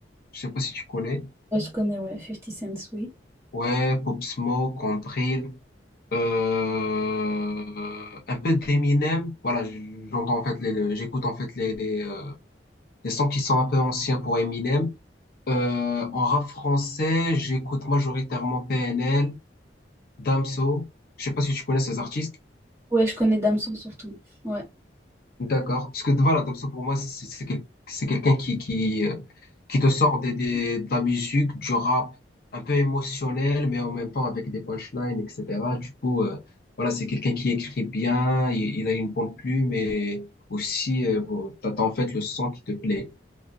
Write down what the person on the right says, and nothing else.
Ouais, je connais, ouais, fifty Cent, oui.
Ouais, je connais Damso surtout. Ouais.